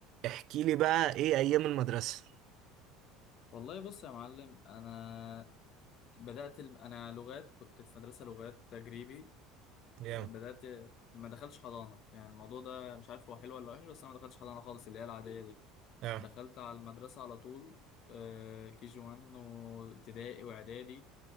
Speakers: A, on the right (about 55°); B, on the left (about 55°).
A: احكي لي بقى ايه ايام المدرسة
B: والله بص يا معلم انا بدات الم... انا لغات كنت في مدرسه لغات تجريبي
A: جامد
B: بدات ما دخلتش حضانه يعني الموضوع ده مش عارف هو حلو ولا وحش بس انا ما دخلتش حضانه خالص اللي هي العاديه دي
A: اه
B: دخلت على المدرسه على طول آه، كي جي 1 وابتدائي واعدادي